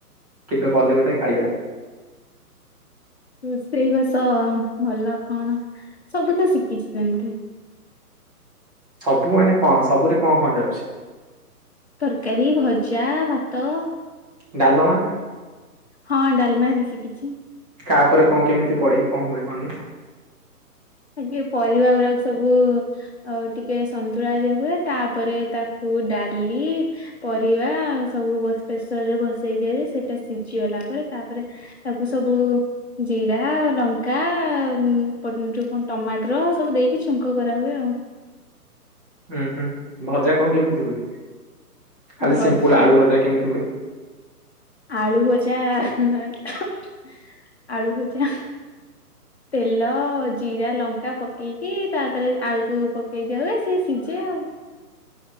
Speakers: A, on the right; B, on the left.
A: କେବେ କଲେ ଗୋଟେ ଖାଇବା।
B: ରୋଷେଇବାସ ଭଲ କଣ ସବୁ ତ ଶିଖିଛି ସେମିତି।
A: ସବୁ ମାନେ କଣ ସବୁରେ କଣ କଣ ଯାଉଛି?
B: ତରକାରୀ, ଭଜା, ଭାତ
A: ଡାଲମା।
B: ହଁ ଡାଲମା ବି ଶିଖିଛି।
A: କାହାପରେ କଣ କେମିତି ପଡିକି କଣ ହୁଏ କହଲ?
B: ଆଗେ ପରିବା ଗୁରାକ ସବୁ ଆଉ ଟିକେ ସନ୍ତୁଳା ଯୋଉ ହୁଏ ତାପରେ ତାକୁ ଡାଲି ପରିବା ସବୁ ପ୍ରେସର ରେ ବସେଇ ଦିଆଯାଇ ସେଇଟା ସିଝି ଗଲା ପରେ ତାପରେ ତାକୁ ସବୁ ଜିରା, ଲଙ୍କା ପ ଯୋଉ କଣ ଟମାଟର ସବୁ ଦେଇକି ଛୁଙ୍କ କରା ହୁଏ ଆଉ।
A: ହୁଁ ହୁଁ ଭଜା କଣ କେମିତି ହୁଏ? ଖାଲି
B: ଭଜା।
A: ସିମ୍ପୁଲ ଆଳୁ ଭଜା କେମିତି ହୁଏ?
B: ଆଳୁ ଭଜା <unintelligible> ଆଳୁ ଭଜା ତେଲ, ଜିରା, ଲଙ୍କା ପକେଇକି ତାପରେ ଆଳୁକୁ ପ ପକେଇ ଦିଅ ହୁଏ ସିଏ ସିଝେ ଆଉ।